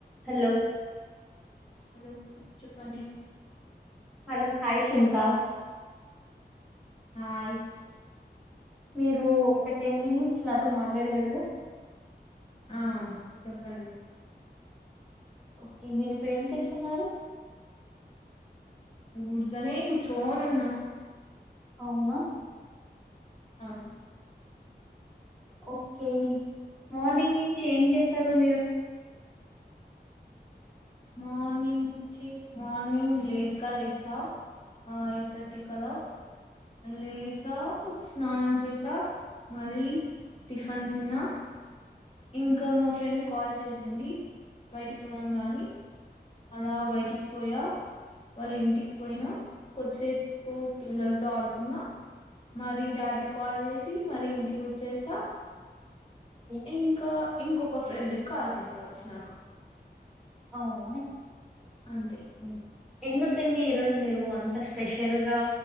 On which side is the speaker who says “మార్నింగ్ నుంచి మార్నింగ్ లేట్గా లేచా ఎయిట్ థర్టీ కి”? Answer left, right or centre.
Left